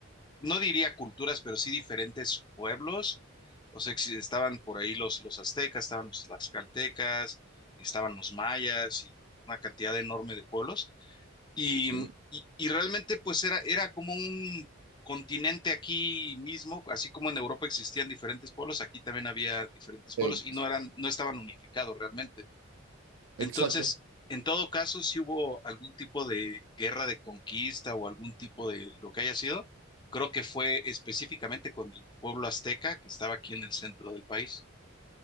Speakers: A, on the left; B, on the right.
A: no diría culturas, pero sí diferentes pueblos. O sea, que estaban por ahí los, los aztecas, estaban los tlaxcaltecas, estaban los mayas y una cantidad enorme de pueblos. Y,
B: Sí.
A: y- y realmente pues era, era como un continente aquí mismo, así como en Europa existían diferentes pueblos, aquí también había diferentes pueblos
B: Ex-
A: y no eran, no estaban unificados realmente.
B: Exacto.
A: Entonces, en todo caso, si hubo algún tipo de guerra de conquista o algún tipo de lo que haya sido, creo que fue específicamente con el pueblo azteca que estaba aquí en el centro del país,